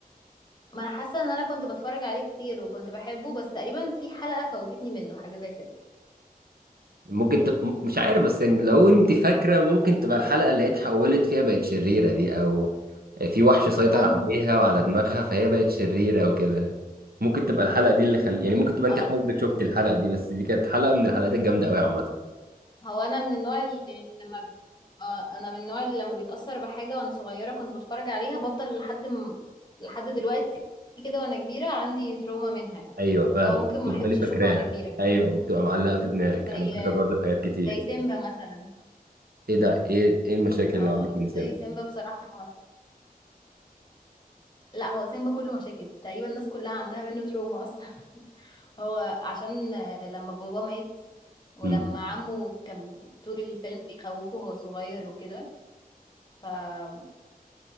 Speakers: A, on the left; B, on the right.
A: ما انا حاسه ان انا كنت بتفرج عليه كتير وكنت بحبه بس تقريبا في حلقه خوفتني منه حاجه زي كده
B: ممكن تب... م- مش عارف بس يعني لو انت فاكره ممكن تبقى الحلقه اللي هي اتحولت فيها بقت شريره دي او في وحش سيطر
A: ممكن
B: عليها وعلى دماغها فهي بقت شريره وكده ممكن تبقى الحلقه دي اللي خل... يعني ممكن تبقى
A: اه
B: انت حضرتك شفت الحلقه دي بس دي كانت حلقه من الحلقات الجامده قوي عامه
A: هو انا من النوع اللي لما ب- اه انا من النوع اللي لما بيتاثر بحاجه وانا صغيره كنت بتفرج عليها بفضل لحد م... لحد دلوقتي كده وانا كبيره عندي تروما منها يعني
B: ايوه فاهم
A: اللي هو ممكن ما
B: تفضلي
A: احبش
B: فاكراها
A: اشوفها وانا كبيره فاهم
B: ايوه وبتبقى معلقه في دماغك
A: زي
B: انا كده برضه في حاجات كتير
A: زي سيمبا مثلا
B: ايه ده ايه ايه المشاكل
A: اه
B: اللي عندك من
A: زي
B: سيمبا
A: سيمبا بصراحة لا هو سيمبا كله مشاكل تقريبا الناس كلها عندها منه تروما اصلا <laughs> هو عشان لما بابا مات ولما
B: امم
A: عمه كان طول الفيلم بيخوفه وهو صغير وكده فمش